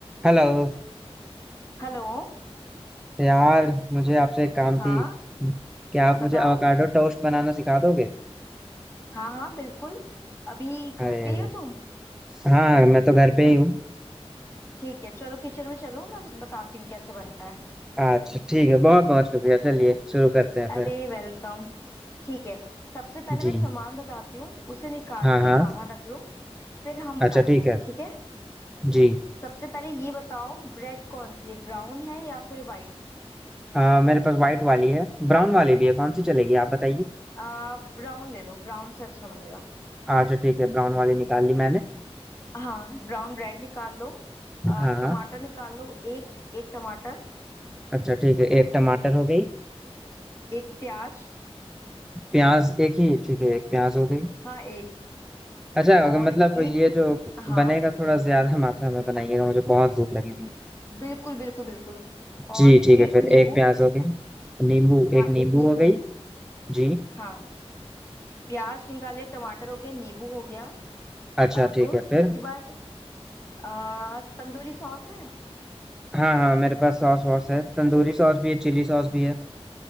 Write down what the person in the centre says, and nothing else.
हेलो
यार मुझे आपसे एक काम
थी क्या आप
मुझे अवाकाडो टोस्ट बनाना सिखा दोगे
अरे
हाँ मैं तो घर पे ही हूँ
अच्छा ठीक है बहुत
बहुत शुक्रिया चलिए शुरू करते हैं
फिर
जी
हाँ
हाँ
अच्छा ठीक
है
जी
आ, मेरे पास वाइट वाली है ब्राउन वाली भी है कौन सी चलेगी आप बताइए
अच्छा ठीक है ब्राउन वाली निकाल ली मैंने
हाँ हाँ
अच्छा ठीक है एक टमाटर हो गई
प्याज एक ही ठीक है एक प्याज हो गई
अच्छा
अगर मतलब ये
जो
बनेगा थोड़ा ज्यादा <laughs> मात्रा में बनाइएगा मुझे बहुत भूख लगी
जी
ठीक है फिर
एक प्याज हो गया नींबू
एक नींबू
हो गई जी
अच्छा
ठीक है फिर
हाँ हाँ मेरे पास सॉस वॉस है तंदूरी सॉस भी है चिली सॉस भी है